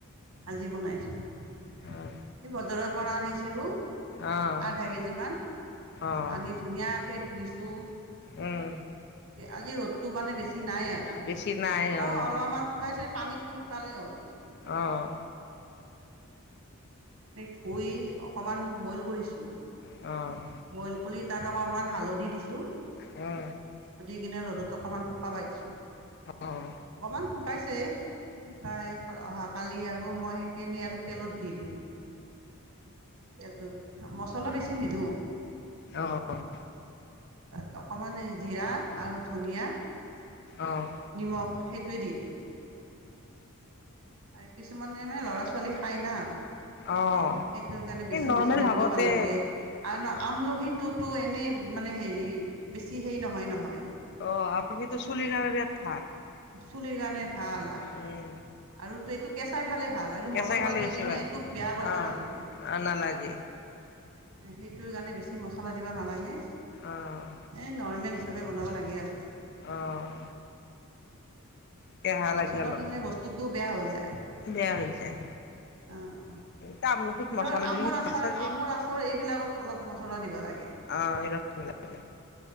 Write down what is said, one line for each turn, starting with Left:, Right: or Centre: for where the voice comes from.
Right: আজি বনাইছোঁ এই
Left: অ',
Right: বজাৰৰ পৰা আনিছিলোঁ
Left: অ',
Right: আধা কেজি মান
Left: অ',
Right: আনি ধুনীয়াকে ধুইছো দু।
Left: উম।
Right: আজি ৰ'দত মানে বেছি। নাই আৰু
Left: বেছি নাই
Right: তেওঁ
Left: অ',
Right: অলপমান শুকাইছে পানীত- তোৰ কালে হ'ল।
Left: অঁ।
Right: মান ধুই অকমান বইল কৰিছো।
Left: অ।
Right: বইল কৰি তাত অকণমান হালধি দিছো।
Left: হা।
Right: কিনে ৰ'দত অকণমান শুকাবাই দিছো।
Left: অ', উম,
Right: অকণমান শুকাইছে, শুকাই অহাকালি আৰু মই সেইখিনি আৰু তেলত দি দিম। তেলটোত মছলা বেছি নিদিওঁ।
Left: অ',
Right: তাত অকমান জিৰা আৰু ধনিয়া,
Left: অ',
Right: নিমখ সেইটোৱে দি দিম। আৰু কিছুমান মানে ল'ৰা ছোৱালী খাই না। সেইটোৰ
Left: অ',
Right: কাৰণে বেছি
Left: এই নৰ্মেল
Right: মচলা দিব
Left: ভাৱতে
Right: ভাল নালাগে। আৰু আমলখিটোতো এনেই মানে হেৰি বেছি হেই নহয় নহয়।
Left: অ আমলখি- টো চুলি কাৰণে ভাল।
Right: চুলি কানে- ভাল আহ,
Left: উম,
Right: আৰু ত এইটো কেঁচাই খালে ভাল আৰু
Left: কেঁচাই
Right: মচলা
Left: খালে
Right: দি
Left: বেছি
Right: কেনে
Left: ভাল।
Right: এইটোক বেয়া কৰিব
Left: অ',
Right: নালাগে।
Left: অ', নালাগে।
Right: সেইটোৰ কাৰণে বেছি মচলা দিব নালাগে।
Left: অ',
Right: এ নৰ্মেল চবেই বনাব লাগে আৰু।
Left: অ', কেহা
Right: মচলা
Left: লাগে অলপ,
Right: দিলে বস্তুটো বেয়া হৈ যায়।
Left: বেয়া হৈ যায়।
Right: আহ।
Left: আমলখিত মছলা
Right: ধৰ
Left: দিলে
Right: আমৰ আচাৰ
Left: যে
Right: আমৰ আচাৰ এইবিলাকত। অলপ মচলা দিবা লাগে।
Left: অ।